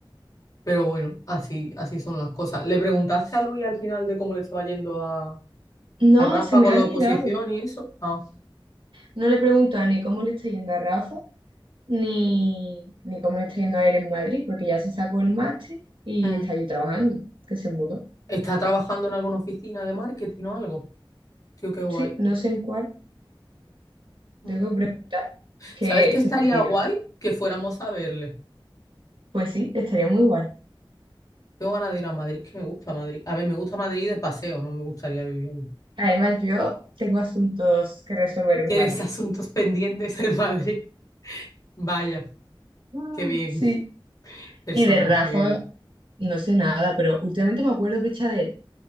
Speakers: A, on the left; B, on the right.
A: Pero bueno, así, así son las cosas. ¿Le preguntaste a Luis al final de cómo le estaba yendo a,
B: No,
A: a Rafa
B: se me
A: con
B: ha olvidado.
A: la oposición y eso? Ah,
B: No le pregunta ni cómo le está yendo a Rafa, ni, ni cómo le está yendo a él en Madrid, porque ya se sacó el máster y
A: mm.
B: está allí trabajando, que se mudó.
A: ¿Está trabajando en alguna oficina de marketing o algo? Tío, qué guay.
B: Sí, no sé en cuál,
A: Mm.
B: tengo que preguntar, es que
A: ¿Sabes qué
B: se
A: estaría
B: me olvida.
A: guay? Que fuéramos a verle.
B: Pues sí, estaría muy guay.
A: Tengo ganas de ir a Madrid, que me gusta Madrid. A ver, me gusta Madrid de paseo, no me gustaría vivir allí.
B: Además, yo tengo asuntos que resolver en
A: Tienes
B: Madrid.
A: <laughs> asuntos pendientes en Madrid. Vaya,
B: Mm,
A: qué bien
B: Sí.
A: personaje
B: Y de Rafa,
A: eres.
B: no sé nada, pero últimamente me acuerdo pecha de él,